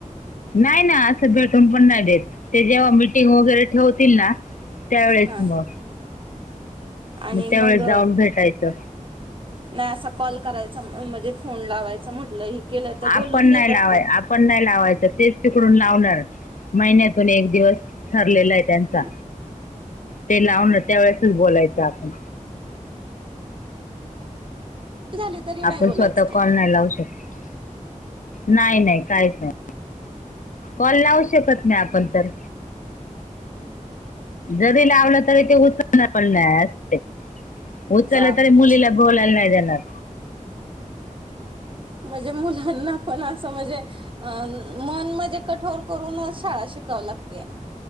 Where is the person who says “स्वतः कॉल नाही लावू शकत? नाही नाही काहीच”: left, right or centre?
Left